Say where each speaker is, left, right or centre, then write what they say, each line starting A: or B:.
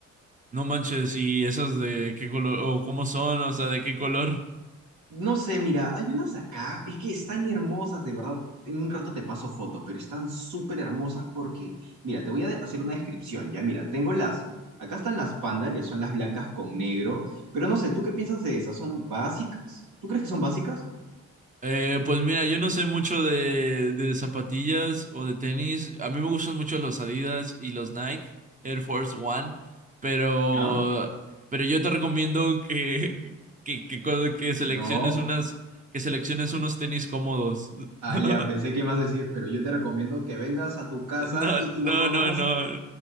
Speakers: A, on the right (about 25°); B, on the right (about 80°).
A: no manches, y esas de qué color, o cómo son, o sea, de qué color.
B: No sé, mira, hay unas acá, es que están hermosas, de verdad. En un rato te paso foto, pero están súper hermosas porque, mira, te voy a de- hacer una descripción, ya, mira, tengo las, acá están las panda, que son las blancas con negro, pero no sé, ¿tú qué piensas de esas? ¿Son básicas? ¿Tú crees que son básicas?
A: Eh, pues mira, yo no sé mucho de, de zapatillas o de tenis. A mí me gustan mucho los Adidas y los Nike Air Force One, pero,
B: ¿Ya?
A: pero yo te recomiendo que, <laughs> que, que, co- que selecciones
B: No,
A: unas, que selecciones unos tenis cómodos.
B: ah,
A: <laughs>
B: ya, pensé que ibas a decir, pero yo te recomiendo que vengas a tu casa
A: No,
B: y,
A: no,
B: y nos pongamos
A: no, no,
B: a...